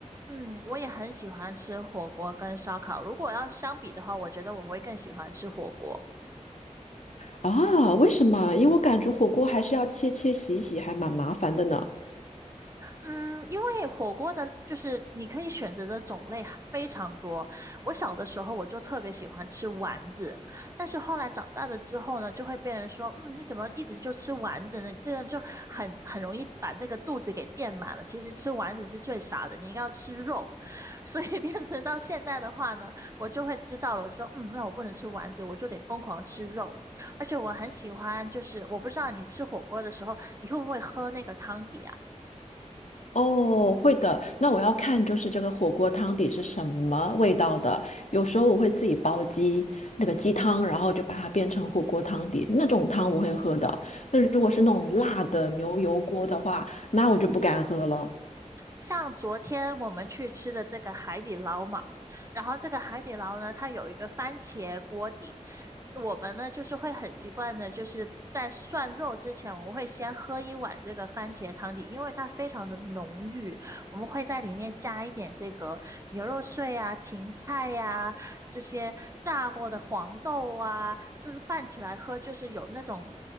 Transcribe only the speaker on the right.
嗯，我也很喜欢吃火锅跟烧烤。如果要相比的话，我觉得我会更喜欢吃火锅。
嗯，因为火锅的，就是你可以选择的种类非常多。我小的时候我就特别喜欢吃丸子，但是后来长大了之后呢，就会被人说，嗯，你怎么一直就吃丸子呢？这样就很很容易把这个肚子给垫满了。其实吃丸子是最傻的，你应该要吃肉。<laughs> 所以变成到现在的话呢，我就会知道了，我说，嗯，那我不能吃丸子，我就得疯狂吃肉。而且我很喜欢，就是我不知道你吃火锅的时候，你会不会喝那个汤底啊？
像昨天我们去吃的这个海底捞嘛，然后这个海底捞呢，它有一个番茄锅底，我们呢就是会很习惯的，就是在涮肉之前，我们会先喝一碗这个番茄汤底，因为它非常的浓郁，我们会在里面加一点这个牛肉碎啊、芹菜呀、这些炸过的黄豆啊，就是拌起来喝，就是有那种。